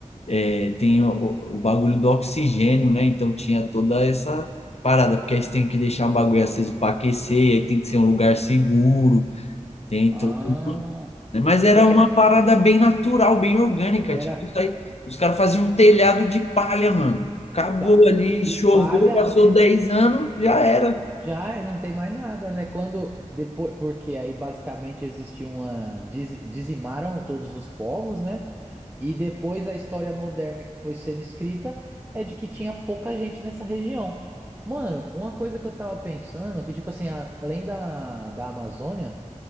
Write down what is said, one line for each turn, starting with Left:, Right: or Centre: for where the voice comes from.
Left: É, tem o, o o bagulho do oxigênio, né? Então tinha toda essa parada, porque aí você tem que deixar o bagulho aceso para aquecer, aí tem que ser um lugar seguro, tem
Right: Ah,
Left: todo... um, né? Mas era
Right: tem.
Left: uma parada bem natural, bem orgânica.
Right: Era.
Left: Tipo, isso aí, os caras faziam um telhado de palha, mano. Acabou
Right: tá,
Left: ali,
Right: e e
Left: choveu,
Right: palha
Left: passou
Right: é,
Left: 10 anos, já era.
Right: já é- não tem mais nada, né? Quando depois, porque aí basicamente existia uma dizi- dizimaram todos os povos, né? E depois a história moderna que foi sendo escrita é de que tinha pouca gente nessa região. Mano, uma coisa que eu tava pensando, que tipo assim, além da, da Amazônia.